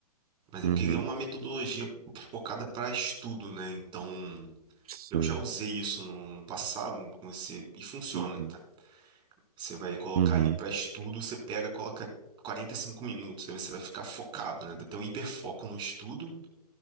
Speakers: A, on the right; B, on the right.
A: Mas é
B: uhum,
A: porque ele é uma metodologia focada para estudo, né? Então,
B: sim,
A: eu já usei isso no, no passado, você, e funciona,
B: uhum,
A: tá? Você vai colocar
B: uhum,
A: ali para estudo, você pega, coloca 45 minutos, aí você vai ficar focado, né? Tem um hiperfoco no estudo,